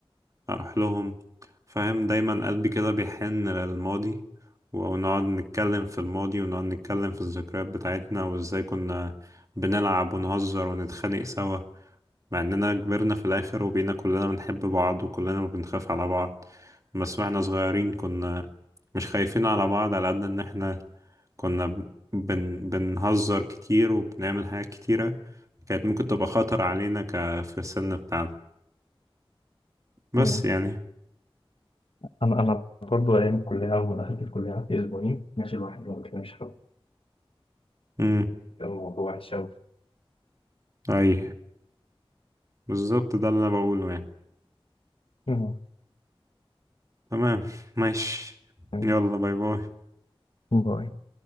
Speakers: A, on the right; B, on the left.
A: أروح لهم فاهم دايما قلبي كده بيحن للماضي ونقعد نتكلم في الماضي ونقعد نتكلم في الذكريات بتاعتنا وإزاي كنا بنلعب ونهزر ونتخانق سوا مع اننا كبرنا في الاخر وبقينا كلنا بنحب بعض وكلنا بنخاف على بعض بس واحنا صغيرين كنا مش خايفين على بعض على قد ان احنا كنا بن... بن- بنهزر كتير وبنعمل حاجات كتيرة كانت ممكن تبقى خطر علينا ك... في السن بتاعنا بس
B: م.
A: يعني
B: انا انا برضو ايام الكليه اول ما دخلت الكليه قعدت اسبوعين ماشي الواحد ما بيكلمش حد
A: امم
B: كان الموضوع وحش قوي
A: اي بالظبط ده اللي انا بقوله يعني
B: م.
A: تمام ماشي
B: م.
A: يلا باي باي
B: م. باي